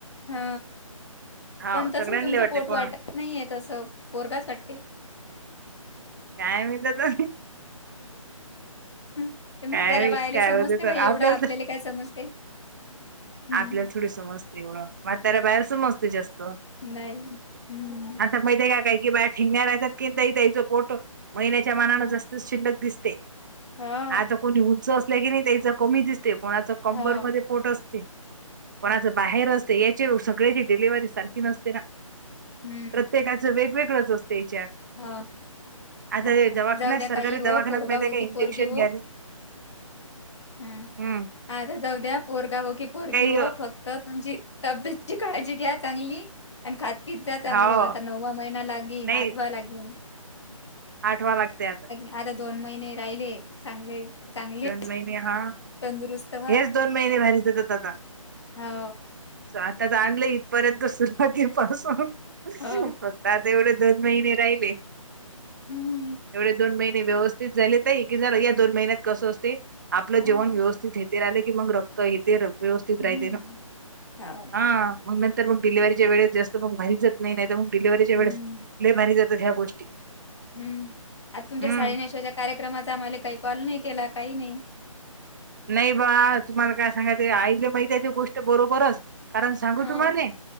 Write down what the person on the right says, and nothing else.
हा
सगळ्यांले
वाटते
पण
काय मत त
काय
काय
होत
आपल्याला
आपल्या थोडी समजते एवढ मग त्याला बाहेर समजते जास्त्म
माय काही की बाहेर ठेंगणारात की नाही त्याचो पोटो महि्याच्या मनानंत
शिल्लक दिसते
आता कोणी उंच असल्या की नाही त्याच कमी दिसते कोणा कंबर
ममध्ये ोट असते कोणाच बाहेर असते याची सगळ्याची डिलिव्ही सारखी नसते ना
प्रत्येकाचं वेगवेगळंच असते याच्यात
आता
हे दवाखान्यात
सरकारी
दवाखान्यात
माहिती
आहे
का इंजेक्शन
घ्यायले
हम्म
काही
हो
नाही
आठवा लागतेय आता
दोन महिने हा
हेच दोन महिने भारीेतात आता
आता तर आणलं इथपर्यंत सुरुवाती पासून
आता एवढे दोन महिने राहिले
एवढे दोन महिने व्यवस्थित झालेत आहे की जरा या दोन महिन्यात कसं असते आपलं
जेवण व्यवस्थित येते राहिले की मग रक्त येते व्यवस्ित
्रये ना
हा तर मग डिलिव्हरीच्या वेळेेत जास्त मग भारी जात नाही तर मग डिलव्हरीच्या
वेळेस लय भारी जातात ह्या गोष्टी
हम्म.
नाही बा तुम्हाला काय सांगाय ते ऐले माहिती त गोष्ट बरोबरच कारण सांगू
तुम्हाले